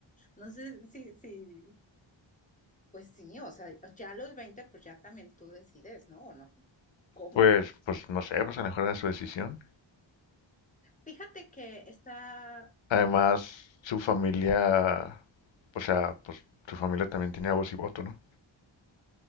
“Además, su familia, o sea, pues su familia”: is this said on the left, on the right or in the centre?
Left